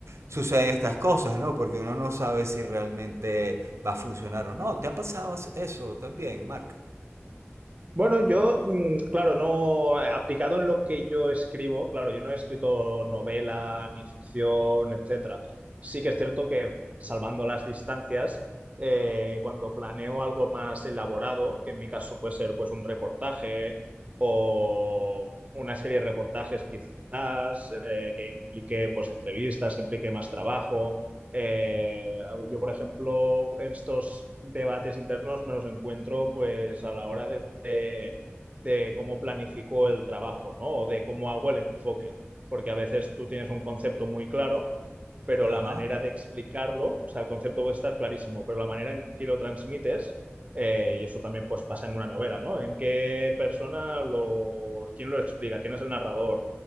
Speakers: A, on the right; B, on the right.
A: suceden estas cosas, ¿no? Porque uno no sabe si realmente va a funcionar o no. ¿Te ha pasado eso también, Mark?
B: Bueno, yo, mm, claro, no, eh, aplicado en lo que yo escribo, claro, yo no he escrito novela ni ficción, etcétera. Sí que es cierto que, salvando las distancias, eh, cuando planeo algo más elaborado, que en mi caso puede ser pues un reportaje o una serie de reportajes quizás, eh, que implique pues entrevistas, que implique más trabajo, eh, yo, por ejemplo, estos debates internos me los encuentro pues a la hora de, de- de cómo planifico el trabajo, ¿no? O de cómo hago el enfoque, porque a veces tú tienes un concepto muy claro, pero
A: Ajá.
B: la manera de explicarlo, o sea, el concepto puede estar clarísimo, pero la manera en que lo transmites, eh, y eso también pues pasa en una novela, ¿no? ¿En qué persona lo, quién lo explica? ¿Quién es el narrador?